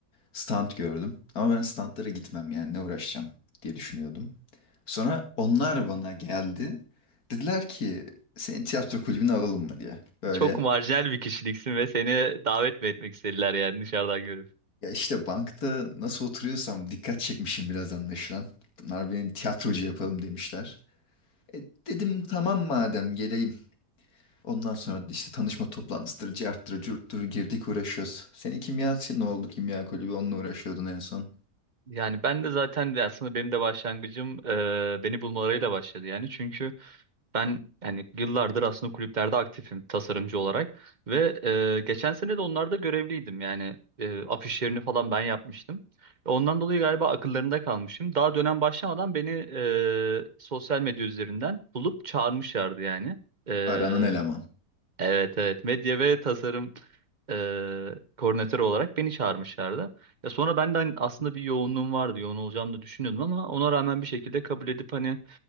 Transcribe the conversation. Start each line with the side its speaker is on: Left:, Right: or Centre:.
Left: Stand gördüm. Ama ben standlara gitmem yani ne uğraşacağım diye düşünüyordum. Sonra onlar bana geldi. Dediler ki seni tiyatro kulübüne alalım mı diye. Böyle
Right: Çok marjinal bir kişiliksin ve seni davet mi etmek istediler yani dışarıdan görüp.
Left: ya işte bankta nasıl oturuyorsam dikkat çekmişim biraz anlaşılan. Bunlar beni tiyatrocu yapalım demişler. E, dedim tamam madem geleyim. Ondan sonra işte tanışma toplantısıdır, carttır, curttur girdik uğraşıyoruz. Senin kimyası ne oldu kimya kulübü onunla uğraşıyordun en son.
Right: Yani ben de zaten aslında benim de başlangıcım e, beni bulmalarıyla başladı yani. Çünkü Ben yani yıllardır aslında kulüplerde aktifim tasarımcı olarak ve e, geçen sene de onlarda görevliydim. Yani e, afişlerini falan ben yapmıştım. Ondan dolayı galiba akıllarında kalmışım. Daha dönem başlamadan beni e, sosyal medya üzerinden bulup çağırmışlardı yani. E,
Left: Aranan eleman.
Right: evet evet medya ve tasarım e, koordinatörü olarak beni çağırmışlardı. Ya sonra benden aslında bir yoğunluğum vardı. Yoğun olacağımı da düşünüyordum ama ona rağmen bir şekilde kabul edip hani